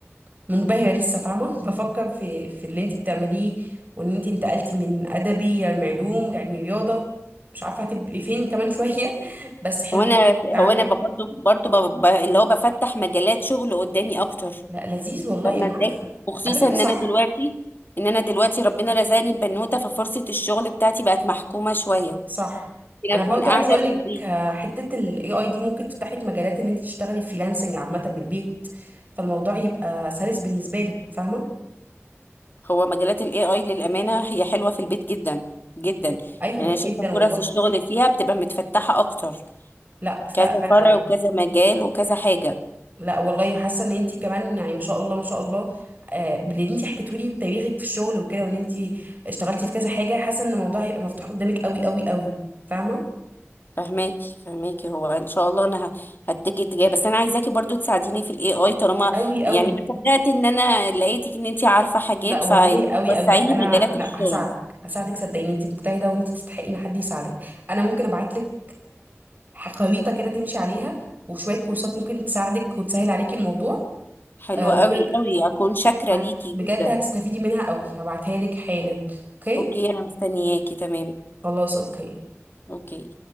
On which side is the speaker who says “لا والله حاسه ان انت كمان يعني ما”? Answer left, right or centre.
Right